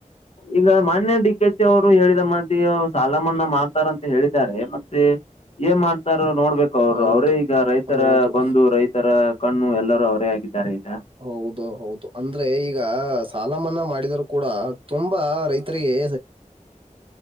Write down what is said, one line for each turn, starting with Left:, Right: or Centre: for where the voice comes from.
Left: ಈಗ ಮಾನ್ಯ ಡಿ ಕೆ ಸಿ ಅವರು ಹೇಳಿದ ಮಾತಿಗೆ ಸಾಲ ಮನ್ನಾ ಮಾಡ್ತಾರಂತ ಹೇಳಿದ್ದಾರೆ ಮ ಮತ್ತೆ ಏನ್ ಮಾಡ್ತಾರೋ ನೋಡ್ಬೇಕು ಅವರು
Right: ಹೌದು
Left: ಅವರೇ ಈಗ ರೈತರ
Right: ಹೌದು
Left: ಬಂದು ರೈತರ ಕಣ್ಣು ಎಲ್ಲರೂ ಅವರೇ ಆಗಿದ್ದಾರೆ ಈಗ.
Right: ಹೌದು ಹೌದು ಅಂದ್ರೆ ಈಗ ಸಾಲ ಮನ್ನಾ ಮಾಡಿದರು ಕೂಡ ತುಂಬಾ ರೈತರಿಗೆ